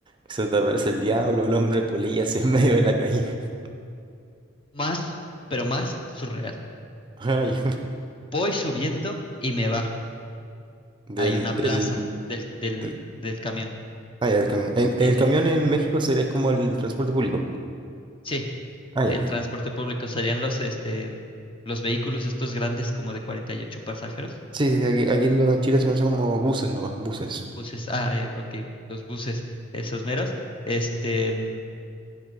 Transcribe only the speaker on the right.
que se te aparece el diablo, el hombre polilla así en medio de la calle. <laughs>
Ah, ya.
Del,
del,
del,
ah, ya, del camión. El, el
camión en México se es como el transporte público.
Ah,
ya.
Sí, sí, sí, aquí, aquí lo, en Chile se conoce como buses nomás, buses.